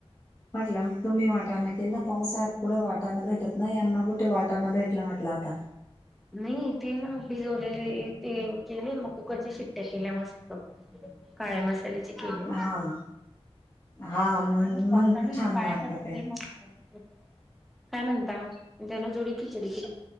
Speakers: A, on the left; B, in the centre.
A: म्हटलं तुम्ही वाटांना केला पावसात कुठे वाटाना भेटत नाही यांना, कुठे वाटाना भेटलं म्हटलं आता.
B: नाही ते ना भिजवलेले ते केले. मग कुकरच्या शिट्ट्या केल्या मस्त. काळया मसाल्याची केलेय.
A: हा हा मग
B: माझा कॉल
A: मग
B: चालू आहे
A: छान
B: मी पाया
A: लागत
B: पडते
A: ते
B: दे मग. काय म्हणता, त्याला थोडी खीचडी केली.